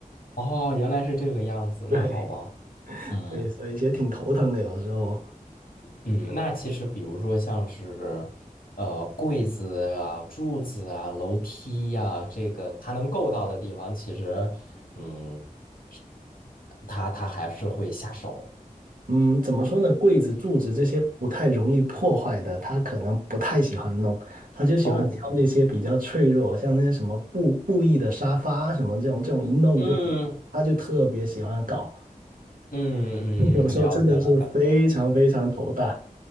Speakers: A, on the left; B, on the right.
A: 哦，原来是这个样子，
B: <laughs> 对
A: 那好吧。嗯。
B: 对，所以也挺头疼的，有的时候。
A: 嗯，那其实比如说像是，呃，柜子啊、柱子啊、楼梯呀、这个它能够到的地方，其实，嗯，是它它还是会下手。
B: 嗯，怎么说呢？柜子、柱子这些不太容易破坏的，他可能不太喜欢弄，他就喜欢挑那些比较脆弱，
A: 哦，
B: 像那些什么布布艺的沙发什么这种，这种一弄就，
A: 嗯
B: 他就特别喜欢搞，
A: 嗯嗯嗯，
B: <laughs> 有时候真的是非常非常头大。
A: 了解了，了解了。